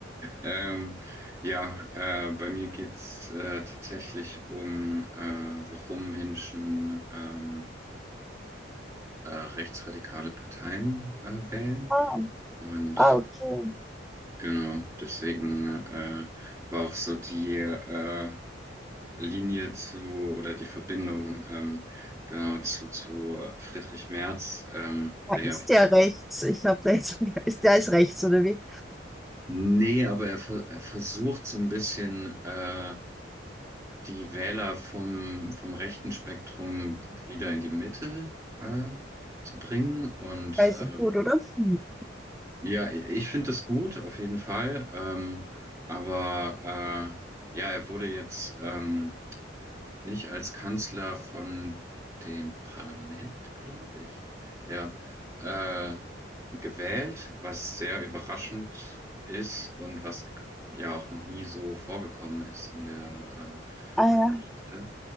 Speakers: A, on the right; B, in the centre.
A: Ähm, ja, äh, bei mir geht's äh, tatsächlich um, äh, warum Menschen ähm, äh, rechtsradikale Parteien äh, wählen.
B: Ah,
A: Und
B: ah, okay.
A: Genau, deswegen äh, war auch so die äh, Linie zu oder die Verbindung ähm, genau zu, zu Friedrich Merz, ähm,
B: Da
A: der
B: ist
A: ja,
B: der rechts. Ich habe da jetzt, <laughs> ist der ist rechts, oder wie?
A: nee, aber er, ver er versucht so ein bisschen äh, die Wähler vom, vom rechten Spektrum wieder in die Mitte äh, zu bringen. Und
B: Weiß
A: ähm,
B: ich gut, oder? Hm.
A: ja, i- ich finde das gut, auf jeden Fall. Ähm, aber äh, ja, er wurde jetzt. Ähm, nicht als Kanzler von dem Parlament, glaube ich, ja, äh, gewählt, was sehr überraschend ist und was ja auch noch nie so vorgekommen ist in der äh,
B: Ah ja,
A: Geschichte.